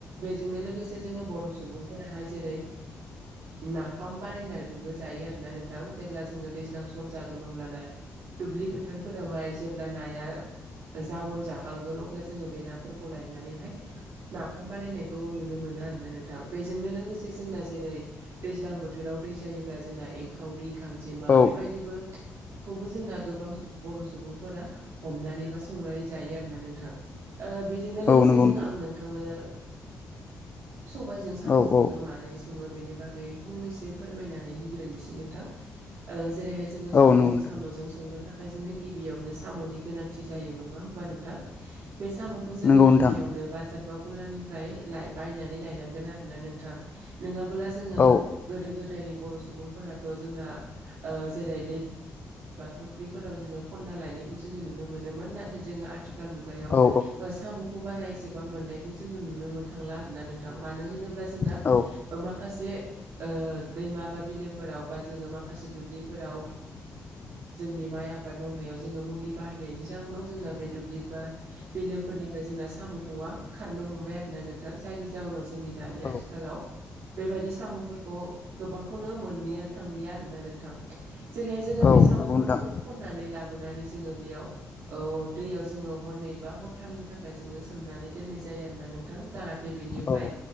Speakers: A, on the right (about 60°); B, on the left (about 40°).
A: बेजोंनो लोगोसे जोंङो बर' सुबुंफोराहाय जेरै नाफाम बानायनानैबो जायो आरोना नोंथां जेब्ला जोंङो दैज्लां सम जागोन <unintelligible> दुब्लि फोथारफोरावहाय जेब्ला नाया जाउन जाखांगोन अब्ला जोंङो बे नाफोरखौ लायनानैहाय नाफाम बानायनाय बेखौ नुनो मोनो आरोना नोंथां बेजोंनो लोगोसे जोंना जेरै दैज्लां बोथोराव दै जायोब्ला जोंना एंखावरि गांजेमा
B: औ
A: बेबायदिबो खौबो जोंना गोबां बर' सुबुंफोरा हमनानै बा संनानै जायो आरोना नोंथां ओ बेजोंनो
B: औ
A: लोगोसे
B: नंगौ
A: जों
B: नोंथां
A: आं नोंथांनो सबायजों साम'खौ
B: औ औ
A: जों मारै सुङो बेनि बागै फंनैसो फोरमायनानै होग्रोनोसै नोंथां ओ जेरैहाय जोङो
B: औ
A: सबायजों
B: नंगौ नोंथां
A: साम'जों संनो थाखाय जोंनो गिबियावनो साम'नि गोनांथि जायो नङा होमबा नोंथां बे साम'खौ जोंङो
B: नंगौ नोंथां
A: गिबियावनो बाजार बा गलानिफ्राय बायनानै लायनांगोन आरोना नोंथां नोङा ब्ला जोंङो
B: औ
A: गोदो गोदायनि बर' सुबुंफोराथ' जोंना ओ जेरै फख्रिफोराव जोंङो खना लायनायखौ जोंङो नुनो मोनोमोन नाथाय जोंङो आथिखाल मुगायाव
B: औ
A: ओ साम' खौ बारा एसेबां मोननायखौ जोंङो नुनो थांला आरो ना नोंथां मानो होनोब्ला जोंना
B: औ
A: माखासे ओ दैमा बा बिलोफोराव बा जोंङो माखासे दुब्लिफोराव ओ जोंनि माइ आबाद मावनायाव जोङो मुलि बाहायनायनि जाउनाव जोंना बे दुब्लि ओ बिलोफोरनिफ्राय जोंना साम'आ खारनो हमबाय आरोना नोंथां जायनि जाउना जोंनि दानि
B: औ
A: आथिखालाव बेबायदि साम'फोरखौ गोबांखौनो मोननो थांलिया आरो ना नोंथां जेरैहाय जोङो
B: औ
A: बे साम'फोरखौ
B: नंगौ नोंथां
A: खननानै ला बोनानै जोङो बेयाव औ दैयाव जोङो हरनै बा हरथामनि थाखाय जोङो सोमनानै दोननाय जा यो आरोना नोंथां जाहाथे बेनिफ्राय
B: औ